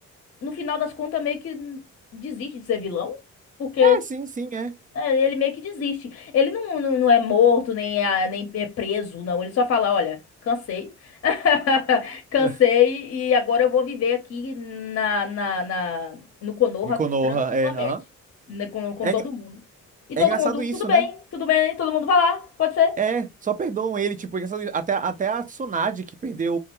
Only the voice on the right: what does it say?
É, sim, sim, é.
<laughs>
Em Konoha,
é, aham.
É,
engra-
é
engraçado
isso,
né?
É, só perdoam ele, tipo, engraçado, até, até a Tsunade, que perdeu